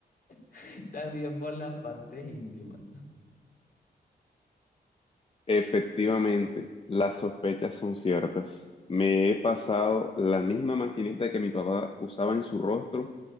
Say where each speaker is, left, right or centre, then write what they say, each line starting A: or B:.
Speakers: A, on the left; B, on the left.
A: <laughs> también por las partes íntimas.
B: Efectivamente, las sospechas son ciertas. Me he pasado la misma maquinita que mi papá usaba en su rostro